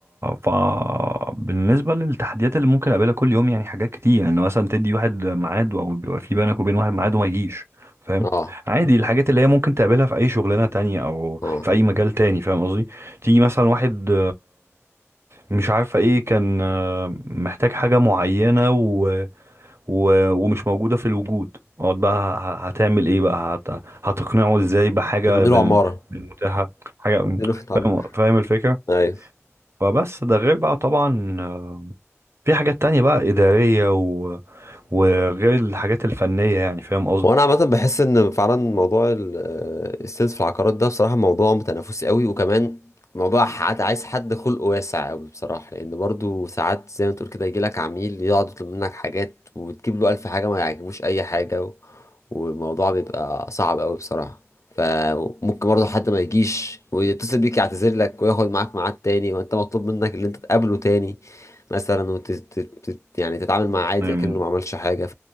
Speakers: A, on the right (about 55°); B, on the left (about 75°).
A: ف بالنسبه للتحديات اللي ممكن اقابلها كل يوم يعني حاجات كتير ان يعني مثلا تدي واحد ميعاد او بيبقى في بينك وبين واحد ميعاد وما يجيش فاهم
B: اه
A: عادي الحاجات اللي هي ممكن تقابلها في اي شغلانه تانية او
B: اه
A: في اي مجال تاني فاهم قصدي تيجي مثلا واحد مش عارفة ايه كان آه، محتاج حاجة معينة و... و... ومش موجودة في الوجود اقعد بقى ه- هتعمل ايه بقى هت... هتقنعه ازاي بحاجة
B: طب بنقول
A: بال...
B: عمارة
A: بالمتاحة حاجة
B: بنقول في العم-
A: فاهم فاهم الفكرة
B: ايوه
A: فبس ده غير بقى طبعا آه، في حاجات تانية بقى إدارية و... وغير الحاجات الفنية يعني فاهم
B: وانا عامه بحس ان فعلا موضوع ال- آه، السيلز في العقارات ده بصراحه موضوع متنافسي قوي وكمان موضوع حد عايز حد خلقه واسع قوي بصراحه لان برضو ساعات زي ما تقول كده يجي لك عميل يقعد يطلب منك حاجات وتجيب له الف حاجه ما يعجبوش اي حاجه و- والموضوع بيبقى صعب قوي بصراحه فممكن برضو حد ما يجيش ويتصل بيك يعتذر لك وياخد معاك ميعاد تاني وانت مطلوب منك اللي انت تقابله تاني مثلا وت... تت- تت- يعني تتعامل معاه عادي
A: قصدي
B: كأنه ما عملش حاجه